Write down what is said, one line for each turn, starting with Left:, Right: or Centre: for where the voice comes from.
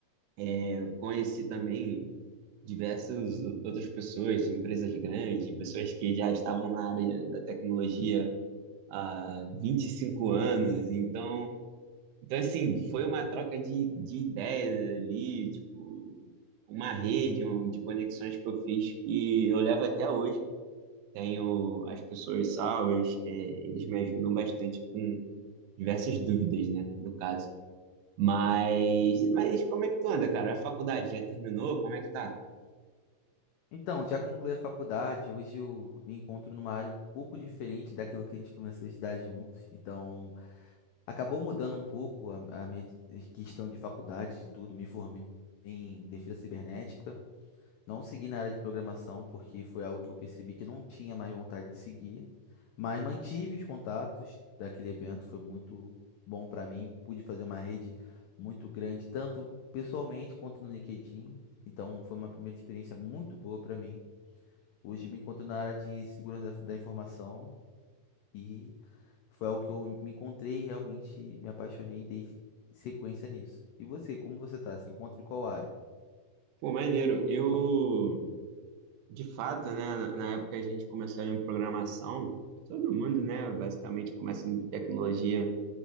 Right: É, Eu conheci também diversas outras pessoas de empresas grandes, pessoas que já estavam na área da tecnologia há 25 anos. Então, então assim, foi uma troca de, de ideias ali, tipo, uma rede um- de conexões que eu fiz que eu levo até hoje. Tenho as pessoas salvas, é, eles me ajudam bastante com diversas dúvidas, né, no caso. Mas, mas como é que tu anda, cara? A faculdade já terminou? Como é que tá?
Left: Então, já concluí a faculdade. Hoje eu me encontro numa área um pouco diferente daquilo que a gente começou a estudar juntos. Então, acabou mudando um pouco a, a minha questão de faculdade, de tudo. Me formei em defesa cibernética. Não segui na área de programação porque foi algo que eu percebi que não tinha mais vontade de seguir. Mas mantive os contatos daquele evento, foi muito bom para mim. Pude fazer uma rede muito grande, tanto pessoalmente quanto no LinkedIn. Então, foi uma primeira experiência muito boa para mim. Hoje me encontro na área de segurança da da informação e foi algo que eu me encontrei e realmente me apaixonei e dei sequência nisso. E você, como você tá? Se encontra em qual área?
Right: Pô, maneiro. Eu, de fato, né, na, na época a gente começou ali em programação, todo mundo, né, basicamente começa em tecnologia,